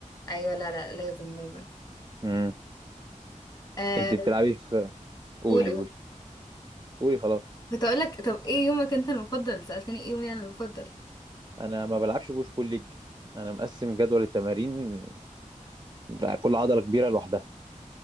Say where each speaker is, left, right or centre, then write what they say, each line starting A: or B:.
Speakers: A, on the left; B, on the right.
A: ايوه لا لا لازم لازم
B: امم
A: آه
B: انت بتلعبي في قولي
A: قول
B: قولي
A: قول
B: قولي خلاص
A: كنت اقول لك طب ايه يومك انت المفضل سالتني ايه يومي انا المفضل
B: انا ما بلعبش بوش بول ليج انا مقسم جدول التمارين بقى كل عضله كبيره لوحدها